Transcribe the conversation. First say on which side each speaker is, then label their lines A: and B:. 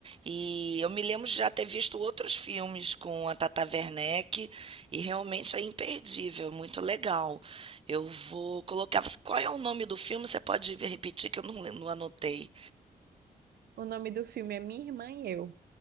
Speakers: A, on the right; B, on the right.
A: E eu me lembro de já ter visto outros filmes com a Tata Werneck e realmente é imperdível, muito legal. Eu vou colocar. você- Qual é o nome do filme? Você pode repetir que eu não, le- não anotei.
B: O nome do filme é Minha Irmã e Eu.